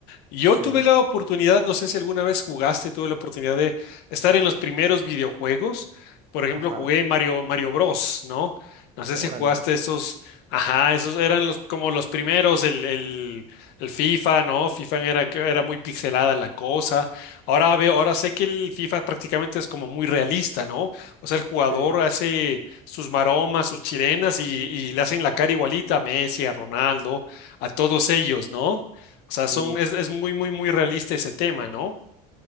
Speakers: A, on the left (about 70°); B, on the right (about 35°).
A: Yo
B: sí,
A: tuve la oportunidad, no sé si alguna vez jugaste, tuve la oportunidad de estar en los primeros videojuegos. Por ejemplo,
B: ajá,
A: jugué Mario, Mario Bros, ¿no? No sé
B: órale,
A: si jugaste esos, ajá, esos eran los como los primeros, el, el, el FIFA, ¿no? FIFA era, que era muy pixelada la cosa. Ahora veo, ahora sé que el FIFA prácticamente es como muy realista, ¿no? O sea, el jugador
B: sí,
A: hace sus maromas, sus chilenas y, y le hacen la cara igualita a Messi, a Ronaldo, a todos ellos, ¿no? O sea, son,
B: sí.
A: es, es muy, muy, muy realista ese tema, ¿no?